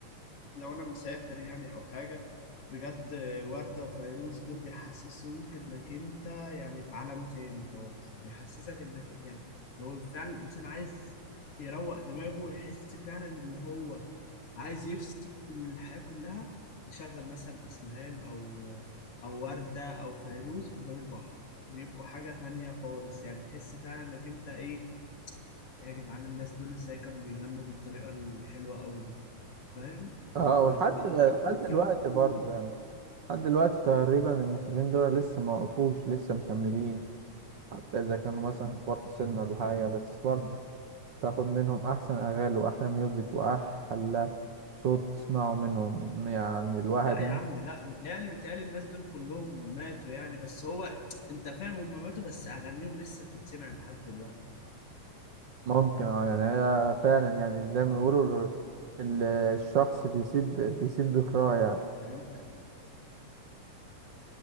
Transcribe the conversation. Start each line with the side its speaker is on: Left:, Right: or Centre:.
Left: لو انا مسافر يعني او حاجه بجد وردة وفيروز دول بيحسسوك انك انت يعني في عالم تاني خالص بيحسسك انك يعني هو فعلا الانسان عايز يروق دماغه ويحس فعلا اللي هو عايز يفصل من الحياة كلها يشغل مثلا اسمهان او او وردة او فيروز قدام البحر بيبقوا حاجة تانية خالص يعني تحس فعلا انك انت ايه يا جدعان الناس دول ازاي كانوا بيغنوا بالطريقة الحلوة قوي دي فاهم و-
Right: اه ولحد
Left: و- ويدخلوك
Right: دل- لحد دلوقتي
Left: في المود
Right: برضو يعني لحد دلوقتي تقريبا المطربين دول لسه ما وقفوش لسه مكملين حتى اذا كانوا مثلا كبار في السن ولا حاجه بس برضو تاخد منهم احسن اغاني واحلى ميوزك واحلى صوت تسمعه منهم يعني الواحد
Left: لا يا
Right: مم-
Left: عم لا متهيألي متهيألي الناس دول كلهم ماتوا يعني بس هو انت فاهم هم ماتوا بس اغانيهم لسه بتتسمع لحد دلوقتي
Right: ممكن اه يعني هي فعلا يعني زي ما بيقولوا ال- الشخص بيسيب بيسيب ذكراه يعني
Left: يعني انت